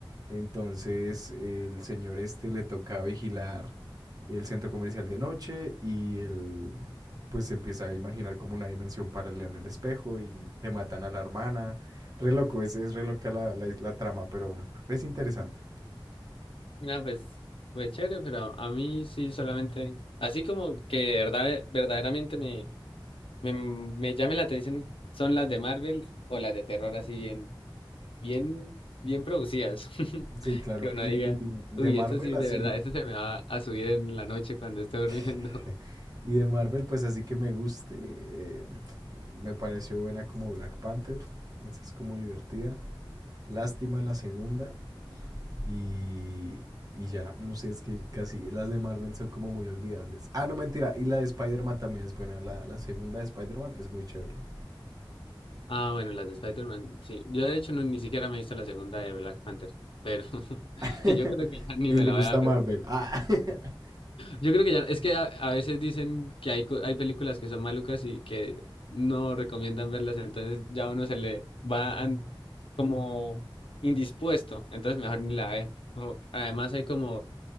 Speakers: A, on the right; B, on the left.
A: Entonces el señor este le toca vigilar el centro comercial de noche y él pues se empieza a imaginar como una dimensión paralela en el espejo y le matan a la hermana Re loco, es, es re loca la, la, la trama, pero es interesante.
B: Ah, pues, pues chévere, pero a mí sí solamente, así como que de verdad, verdaderamente me, me, me llame la atención son las de Marvel o las de terror así bien, bien, bien producidas, <laughs>
A: Sí, claro.
B: que uno
A: Y
B: diga,
A: y de
B: uy,
A: Marvel
B: esto sí es
A: así.
B: de verdad, esto se me va a subir en la noche cuando esté durmiendo.
A: <laughs> Y de Marvel, pues así que me guste. eh, me pareció buena como Black Panther. Esa es como divertida. Lástima la segunda. Y, y ya, no sé, es que casi las de Marvel son como muy olvidables. Ah, no, mentira. Y la de Spider-Man también es buena. La, la segunda de Spider-Man es muy chévere.
B: Ah, bueno, las de Spider-Man, sí. Yo de hecho no- ni siquiera me he visto la segunda de Black Panther, pero <laughs>
A: <laughs>
B: yo creo que ya ni
A: y
B: me
A: le
B: la
A: gusta
B: voy a ver.
A: Marvel. Ah. <laughs>
B: Yo creo que ya, es que a, a veces dicen que hay, co- hay películas que son malucas y que no recomiendan verlas, entonces ya uno se le va an- como indispuesto, entonces mejor ni la ve. O- además hay como